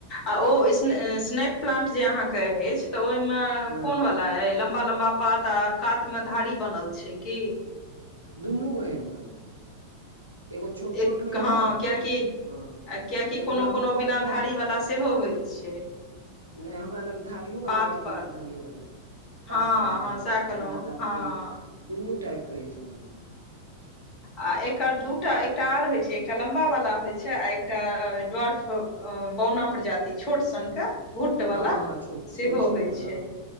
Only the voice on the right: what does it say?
हँ
दुनू अय हमरा लग एगो छोट छोट
होइया
ने
हँ
एगो
लम्बो
वाला
यऽ
नहि हमरा लग धारियो
वाला या
बिना धारियो वाला ये पात
पर ह
आ
बिना धार
दुन दुनू टाइप के अछि हमरा लग
हँ
हँ छोट
छोट छोट
वाला
हँ